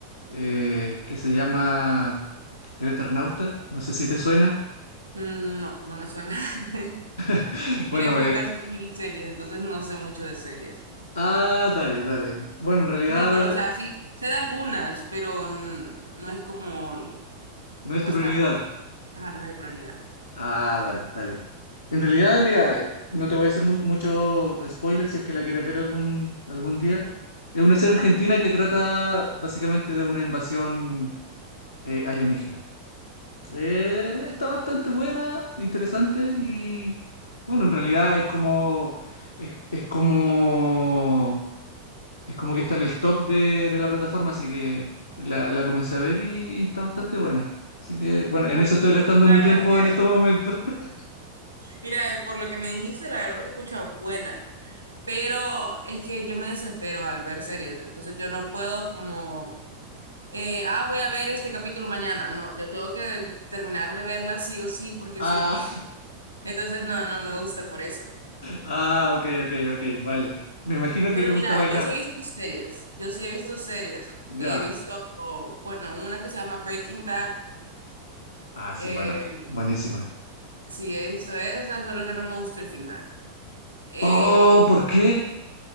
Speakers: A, on the left; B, on the right.
A: eh, que se llama El Eternauta. No sé si te suena.
B: Mm, No, no me suena. <laughs>
A: <laughs> Bueno,
B: Mira que
A: eh,
B: yo casi no miro series, entonces no sé mucho de series.
A: ah, dale, dale. Bueno, en realidad
B: No, pero o sea, sí, sé de algunas, pero mm, no es como
A: no es tu
B: bastante.
A: prioridad.
B: Ajá, no es mi prioridad.
A: Ah, dale, dale. En realidad, mira, no te voy a hacer mu- mucho spoiler si es que la quieres ver algún, algún día. Es una serie argentina que trata básicamente de una invasión eh, alienígena. Eh, está bastante buena, interesante y bueno, en realidad es como es, es como es como que está en el top de, de la plataforma, así que la, la comencé a ver y, y está bastante buena. Así que bueno, en
B: Ah,
A: eso estoy gastando
B: la
A: mi
B: verdad
A: tiempo
B: es que,
A: en estos momentos.
B: lo que-
A: <laughs>
B: mira, eh, por lo que me dijiste, la verdad se escucha buena, Pero es que yo me desespero al ver series, entonces yo no puedo como, eh, ah, voy a ver este capítulo mañana. No, yo tengo que terminar de verla sí o sí porque
A: Ah.
B: soy bien. <laughs> Entonces no, no me gusta por eso.
A: Ah, ok, ok, ok, vale. Me imagino que
B: Pero
A: te gusta
B: mira,
A: bailar.
B: yo sí he visto series, yo sí he visto series.
A: Ya.
B: He visto, bueno, una que se llama Breaking Bad,
A: Ah, sí,
B: eh,
A: bueno, buenísima.
B: sí he visto esa, solo que no me gusta el final. Eh,
A: Oh, ¿por qué?